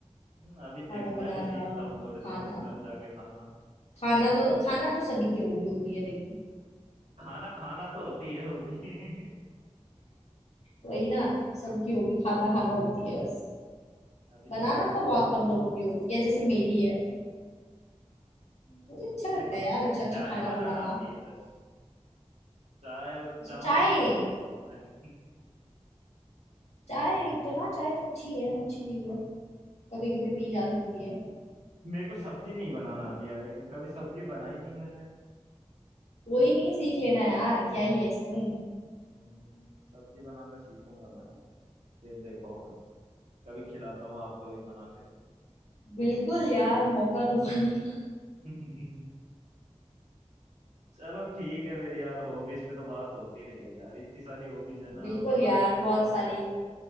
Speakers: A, on the right; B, on the left.
A: हम्म, अभी देखो
B: खाना
A: मैं
B: बनाना
A: भी सीखता हूँ थोड़े दिनों
B: खाना
A: में घर जाके खाना
B: खाना तो
A: फिर
B: खाना
A: देखूँ
B: तो सभी की हॉबी होती है देखो
A: खाना खाना तो होती है वो भी <laughs>
B: वही ना सबकी हॉबी खाना खाना होती है बस
A: अभी
B: बनाना
A: देखो मैं
B: तो
A: बनाना
B: बहुत कम
A: भी सीख
B: लोगों की होती है जैसे मेरी है
A: हम्म,
B: मुझे अच्छा लगता
A: मेरे को
B: है यार अच्छा अच्छा
A: चाय
B: खाना
A: बनाना
B: बनाना
A: आती है बस चाय और
B: अच्छा
A: चावल
B: चाय
A: भी बना लेता हूँ मैं
B: चाय हाँ चाय तो अच्छी है अच्छी चीज है कभी कभी पी जा सकती
A: <laughs>
B: है
A: मेरे को सब्जी नहीं बनाना आती यार लेकिन कभी सब्जी बनाई नहीं मैंने
B: कोई नहीं सीख लेना यार क्या ही है इसमें
A: हम्म सब्जी बनाना सीखूंगा मैं फिर देखो कभी खिलाता हूँ आपको भी बना के
B: बिल्कुल यार मौका <laughs> दुखाने का
A: <laughs> चलो ठीक है मेरी यार हॉबीज पे तो बात होती रहेगी यार इतनी सारी हॉबीज है ना
B: बिल्कुल
A: मैं बताऊंगा
B: यार
A: तो
B: बहुत
A: रात
B: सारी
A: हो जाएगी